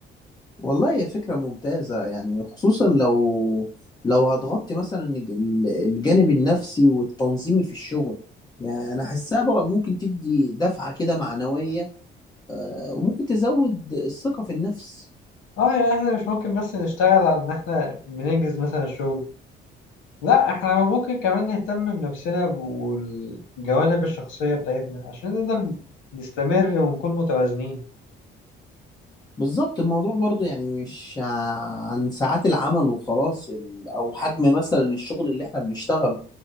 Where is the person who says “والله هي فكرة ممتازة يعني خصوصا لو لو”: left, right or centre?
Left